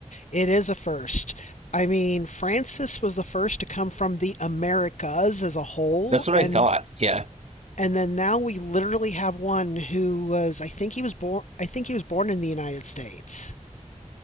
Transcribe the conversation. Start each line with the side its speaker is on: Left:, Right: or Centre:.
Left: It is a first. I mean, Francis was the first to come from the Americas as a whole,
Right: That's what
Left: and
Right: I thought. Yeah.
Left: and then now we literally have one who was. I think he was born. I think he was born in the United States.